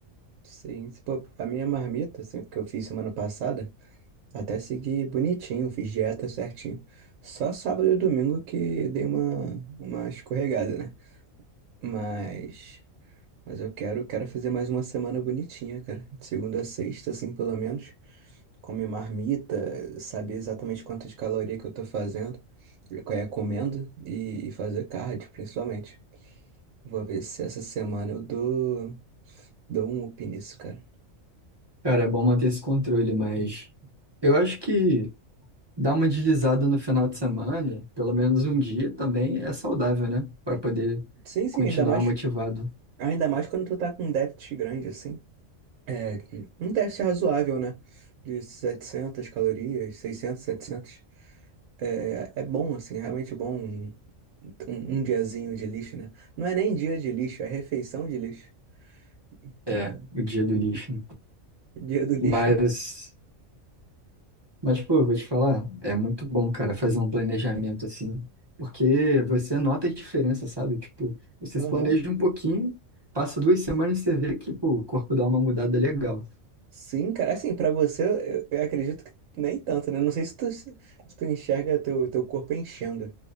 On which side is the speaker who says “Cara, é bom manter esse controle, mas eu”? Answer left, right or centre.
Right